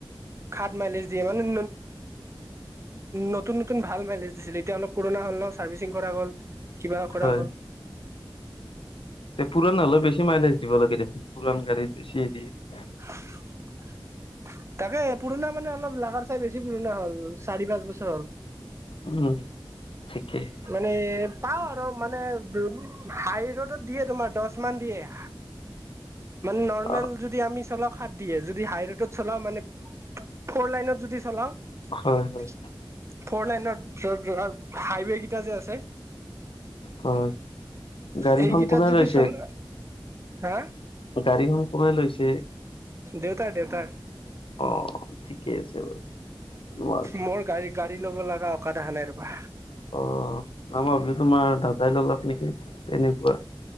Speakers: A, on the right; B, on the left.
A: সাত মাইলেজ দিয়ে, মানে- নতুন নতুন ভাল মাইলেজ দিছিল এতিয়া অলপ পুৰণা হ'ল ন চাৰ্ভিচিং কৰা হ'ল। কিবা কৰা
B: হয়।
A: হ'ল।
B: তে পুৰাণ হ'লেও বেছি মাইলেজ দিব লাগে দেখোন পৰাণ গাড়ীত, বেছি।
A: <inaudible> তাকে পুৰণা মানে অলপ লাগাৰ চাই বেছি পুৰণা হ'ল চাৰি পাঁচ বছৰ হ'ল।
B: উম, ঠিকেই।
A: মানে পাওঁ আৰু মানে হাই ৰোডত দিয়ে তোমাৰ দহ মান দিয়ে- মানে নৰ্মেল
B: অ
A: যদি আমি চলাওঁ- সাত দিয়ে যদি হাই ৰোডত চলাও মানে ফ'ৰ লাইনত যদি চলাও-
B: হয় হয়
A: ফৰ লাইন হাইৱে কেইটা যে আছে।
B: হয়। গাড়ীখন
A: এই কিটাৰ
B: কোনে
A: যদি
B: লৈছে
A: চল হা
B: গাড়ীখন কোনে লৈছে।
A: দেউতাই দেউতাই-
B: অ ঠিকেই আছে বাৰু। তোমাৰ
A: মই গাড়ী গাড়ী ল'ব লগা অকাদ অহা নাই ৰবা
B: অ, আমাৰ ভাবি তোমাৰ দাদাই ল'লক নেকি? তেনেকুৱা-